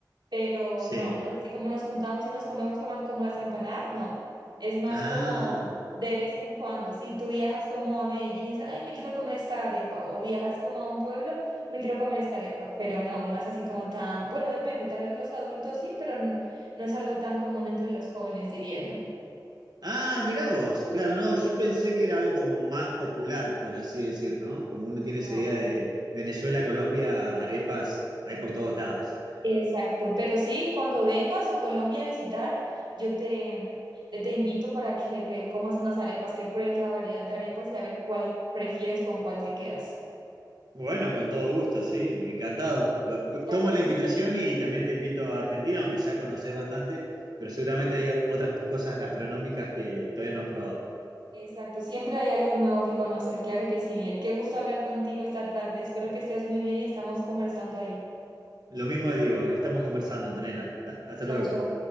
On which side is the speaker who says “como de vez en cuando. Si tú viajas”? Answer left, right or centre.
Right